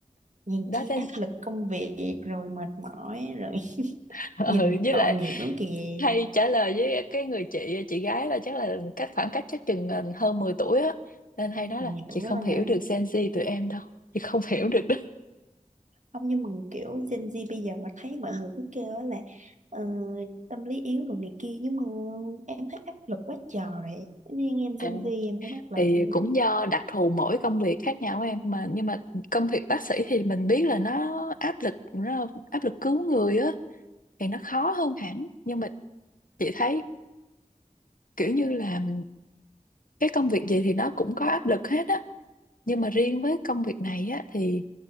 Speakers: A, on the right; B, on the left.
A: hèn
B: đó
A: chi
B: Gen
A: áp lực công việc rồi mệt mỏi rồi <laughs>
B: <laughs> ừ,
A: nhìn
B: với
A: tội
B: lại
A: nghiệp lắm kìa
B: hay trả lời với cái người chị chị gái là chắc là cách khoảng cách chắc chừng ờ, hơn 10 tuổi á nên hay nói
A: mười
B: là chị
A: tuổi
B: không
A: là
B: hiểu
A: hả
B: được Gen Z tụi em đâu chị không <laughs> hiểu được đó
A: không nhưng mà kiểu Gen Z bây giờ mà thấy mọi người cứ kêu á là ờ, tâm lý yếu đồ này kia nhưng mà em thấy áp lực quá trời Thế nên em
B: À,
A: Gen Z em không áp lực
B: thì
A: nữa
B: cũng do đặc thù mỗi công việc khác nhau em mà nhưng mà công việc bác sĩ thì mình biết là nó áp lực nó áp lực cứu người á thì nó khó hơn hẳn nhưng mà chị thấy kiểu như là cái công việc gì thì nó cũng có áp lực hết á nhưng mà riêng với công việc này á thì